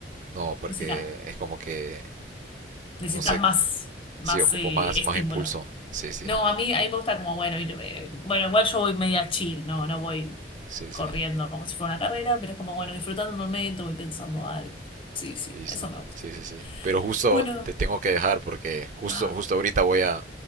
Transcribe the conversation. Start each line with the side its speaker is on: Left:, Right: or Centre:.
Right: No, porque
Left: Música.
Right: es como que,
Left: Necesitas
Right: no sé,
Left: más, más
Right: sí, ocupo
Left: eh,
Right: más,
Left: estímulo.
Right: más impulso. Sí, sí,
Left: No, a mí, a mí me gusta como, bueno, ir, eh, bueno, igual yo voy media chill, no, no voy
Right: sí, sí.
Left: corriendo como si fuera una carrera, pero es como, bueno, disfrutando el momento, voy pensando algo. Sí, sí,
Right: Listo.
Left: eso me gusta.
Right: Sí, sí, sí. Pero justo
Left: Bueno,
Right: te tengo que dejar porque justo,
Left: ah,
Right: justo ahorita voy a, a-